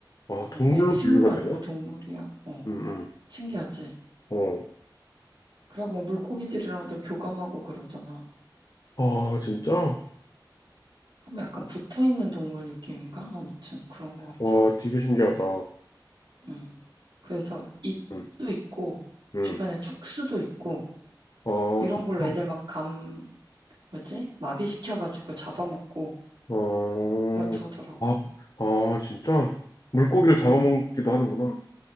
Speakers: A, on the left; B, on the right.
A: 아, 동물로
B: 어, 얘네 식물
A: 분류가
B: 아니고
A: 되나?
B: 동물이야. 어,
A: 음,
B: 신기하지?
A: 음.
B: 그리고 뭐 물고기들이랑도 교감하고 그러잖아.
A: 어, 아, 진짜?
B: 음, 그럼 약간 붙어 있는 동물 느낌인가? 아무튼 그런 것 같아.
A: 와, 되게 신기하다.
B: 음, 그래서 잎도
A: 응,
B: 있고
A: 응.
B: 주변에 촉수도 있고
A: 아,
B: 이런
A: 진짜?
B: 걸로 애들 막감 뭐지? 마비시켜가지고 잡아먹고
A: 어,
B: 그렇다 하더라고.
A: 아, 아, 진짜? 물고기를 잡아먹기도
B: 응,
A: 하는구나.